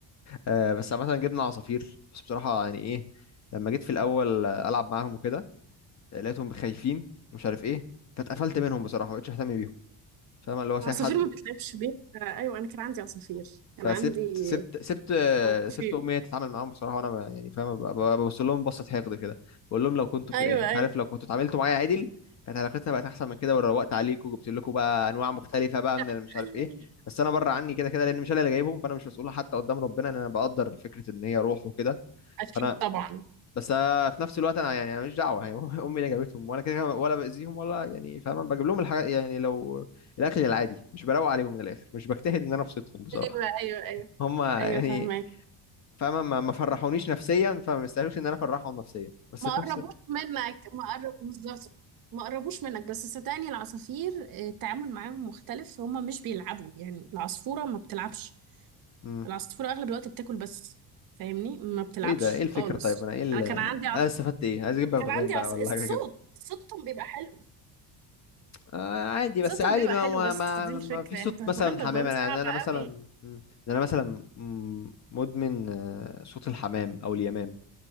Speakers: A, on the left; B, on the right.
A: آه بس مثلا جبنا عصافير بس بصراحه يعني ايه لما جيت في الاول آه، العب معاهم وكده آه، لقيتهم خايفين مش عارف ايه فاتقفلت منهم بصراحه ما بقتش اهتم بيهم فاهم اللي هو سايب
B: العصافير
A: حد
B: ما بتلعبش بيها آه، ايوه انا كان عندي عصافير كان
A: فسبت
B: عندي
A: سبت سبت آه،
B: عصافير
A: سبت امي هي تتعامل معاهم بصراحه وانا ب- يعني فاهم ب- ب- ببص لهم بصه حقد كده بقول لهم لو كنتوا
B: ايوه
A: بت... مش
B: ايوه
A: عارف لو كنتوا اتعاملتوا معايا عدل كانت علاقتنا بقت احسن من كده وروقت عليكم وجبت لكم بقى انواع مختلفه بقى من
B: <laughs>
A: اللي مش عارف ايه بس انا بره عني كده كده لان مش انا اللي جايبهم فانا مش مسؤول حتى قدام ربنا ان انا بقدر فكره ان هي روح وكده
B: اكيد
A: فانا
B: طبعا
A: بس آه، في نفس الوقت انا يعني انا مش دعوه يعني <laughs> امي اللي جابتهم وانا كده كده ولا باذيهم ولا يعني فاهم أنا بجيب لهم الحاجات يعني لو الاكل العادي مش بروق عليهم من الاخر مش بجتهد ان انا ابسطهم بصراحه
B: ايوه ايوه ايوه
A: هم يعني
B: ايوه فهمك
A: فاهمة ما ما فرحونيش نفسيا فما يستاهلوش ان انا افرحهم نفسيا بس
B: ما
A: في
B: قربوش
A: نفس
B: منك ما قرب بالظبط ما قربوش منك بس صدقني العصافير آه، التعامل معاهم مختلف هما مش بيلعبوا يعني العصفورة ما بتلعبش
A: امم
B: العصفورة أغلب الوقت بتاكل بس فاهمني ما بتلعبش
A: ايه ده ايه الفكرة
B: خالص
A: طيب انا ايه ال...
B: أنا كان
A: انا
B: عندي عص...
A: استفدت ايه عايز اجيب بغبغان
B: كان عندي
A: بقى
B: عص...
A: ولا
B: الصوت
A: حاجة كده
B: صوتهم بيبقى حلو
A: آه عادي
B: صوتهم
A: بس عادي
B: بيبقى
A: ما
B: حلو
A: ما
B: بس
A: ما,
B: دي الفكرة
A: ما في صوت
B: يعني بغبغان
A: مثلا
B: بغبغان
A: حمام انا
B: صعب
A: يعني انا مثلا
B: قوي
A: مم. انا مثلا مم، مدمن آه، صوت الحمام او اليمام